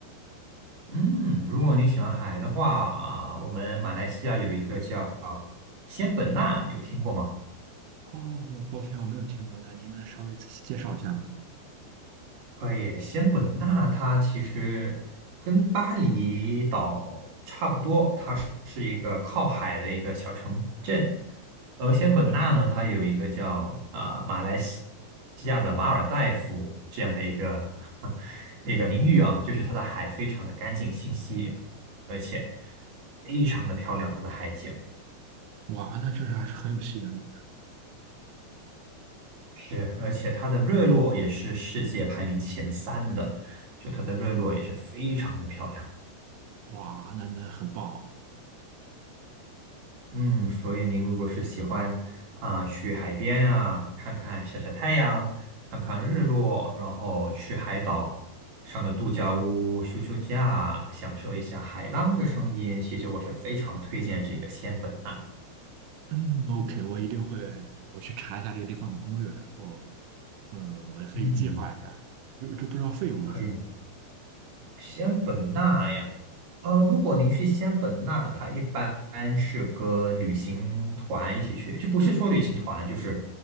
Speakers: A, on the right (about 55°); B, on the right (about 80°).
A: 嗯，如果你喜欢海的话啊，我们马来西亚有一个叫仙本那，有听过吗？
B: 哦，抱歉，我没有听过，那您能稍微仔细介绍一下吗？
A: 可以，仙本那它其实跟巴厘岛差不多，它是是一个靠海的一个小城镇。而仙本那呢，它有一个叫啊、马来西西亚的马尔代夫这样的一个 <laughs> 一个名誉啊，就是它的海非常的干净清晰，而且非常的漂亮，它的海景。
B: 哇，那确实还是很有吸引力的。
A: 是，而且它的日落也是世界排名前三的，就它的日落也是非常的漂亮。
B: 哇，那那很棒哦。
A: 嗯，所以您如果是喜欢啊、去海边啊，看看晒晒太阳，看看日落，然后去海岛上的度假屋休休假，享受一下海浪的声音，其实我是非常推荐这个仙本那。
B: 嗯，OK，我一定会，我去查一下这个地方的攻略，然后，呃，我也可以计划一下。
A: 嗯，
B: 就就不知道费用如何
A: 可以。西安本纳呀，呃，如果您去西安本纳，它一般是跟旅行团一起去，就不是说旅行团，就是